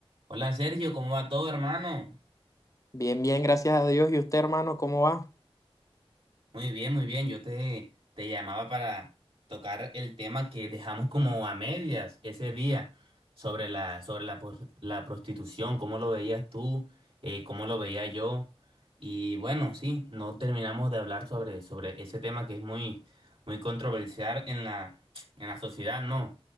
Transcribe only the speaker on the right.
Hola Sergio, ¿cómo va todo, hermano?
Muy bien, muy bien. Yo te, te llamaba para tocar el tema que dejamos como a medias ese día sobre la, sobre la, pos- la prostitución, cómo lo veías tú, eh, cómo lo veía yo. Y bueno, sí, no terminamos de hablar sobre, sobre ese tema que es muy, muy controversial en la, en la sociedad, ¿no?